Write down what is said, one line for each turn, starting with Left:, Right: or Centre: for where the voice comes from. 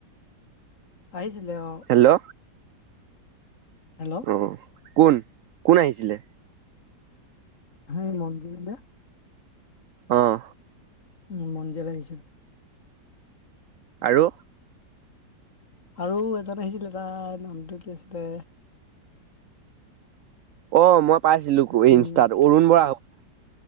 Left: আহিছিলে অ।
Right: হেল্ল'
Left: হেল্ল'
Right: অ কোন -কোন আহিছিলে?
Left: সেই মঞ্জিল।
Right: আহ।
Left: উম মঞ্জিল আহিছিল।
Right: আৰু?
Left: আৰু এজন আহিছিলে, তাৰ নামটো কি আছিলে?
Right: অ মই পাইছিলো খুৰি
Left: উম,
Right: ইনষ্টাত অৰুণ বৰা হ।